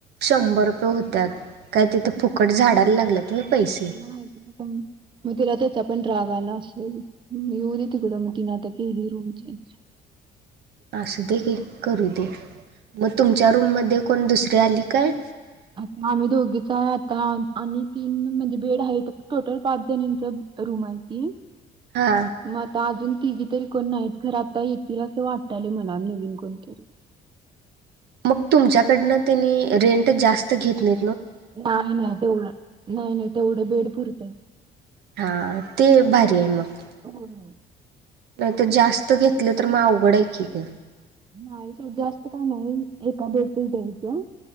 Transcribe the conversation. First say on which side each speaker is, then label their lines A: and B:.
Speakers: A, on the right (about 75°); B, on the right (about 30°).
A: शंभर रुपये होत्यात काय तिथं
B: हम्म,
A: फुकट झाडाला लागल्यात होय पैसे
B: मग तेला तेचा पण रागाला असेल आयुधे तिकड मग तीन आता केली रूम चेंज
A: असं दे घे करू दे मग तुमच्या रूम मध्ये कोण दुसरी आली काय.
B: आ आम्ही दोघीच आता आणि तीन म्हणजे बेड आहेत. टोटल पाच जणांच रूम आहे. ती
A: हा
B: मग आता अजून तिघे तरी कोण नाहीत. घर आता येतील असं वाटतले मला नवीन कोणतरी
A: मग तुमच्याकडन त्यांनी रेंट जास्त घेतले.
B: नाही नाही तेवढं नाही नाही तेवढं बेड पुरत
A: हा ते भारी आहे. मग
B: होय.
A: नाहीत जास्त घेतलं तर मग अवघड आहे. की ग
B: नाही सोड जास्त काय नाही. एका बेड च द्यायचं.